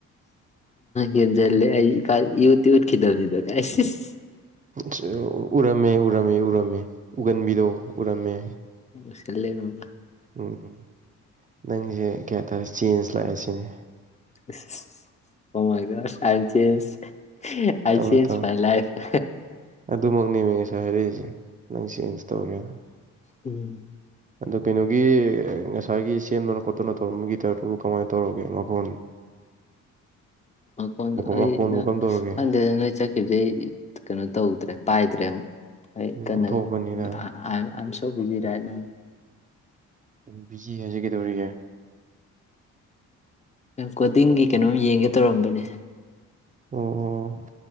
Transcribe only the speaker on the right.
ꯁꯤꯍ-ꯑ-ꯎꯔꯝꯃꯦ-ꯎꯔꯝꯃꯦ-ꯎꯔꯝꯃꯦ ꯎꯒꯟꯕꯤꯗꯣ ꯎꯔꯝꯃꯦ
ꯎꯨꯝ-ꯅꯪꯁꯦ ꯀꯌꯥ ꯇꯥꯔꯦ ꯆꯦꯟꯖ ꯂꯥꯛꯑꯦ ꯁꯤꯅꯦ
ꯇꯧꯔꯦ
ꯇꯧꯔꯦ
ꯑꯗꯨꯃꯛꯅꯦꯃꯤ ꯉꯁꯥꯏ ꯍꯥꯏꯔꯛꯏꯁꯦ ꯅꯪ ꯆꯦꯟꯖ ꯇꯧꯔꯒꯦ ꯍꯥꯏꯔꯣ
ꯑꯗꯣ ꯀꯩꯅꯣ ꯒꯤ ꯉꯁꯥꯏꯒꯤ ꯁꯦꯝꯗꯅ ꯈꯣꯠꯇꯅ ꯇꯧꯔꯝꯕ ꯒꯤꯇꯔꯗꯨꯕꯨ ꯀꯃꯥꯏꯅ ꯇꯧꯔꯒꯦ ꯃꯈꯣꯟ
ꯃꯈꯣꯟꯕꯨ
ꯀꯝꯗꯧꯔꯒꯦ
ꯑꯣꯟꯊꯣꯛꯄꯅꯤꯗ
ꯌꯥꯝ ꯕꯤꯖꯤ ꯍꯥꯏꯖꯤ ꯀꯩꯗꯧꯔꯤꯒꯦ
ꯑꯣ ꯑꯣ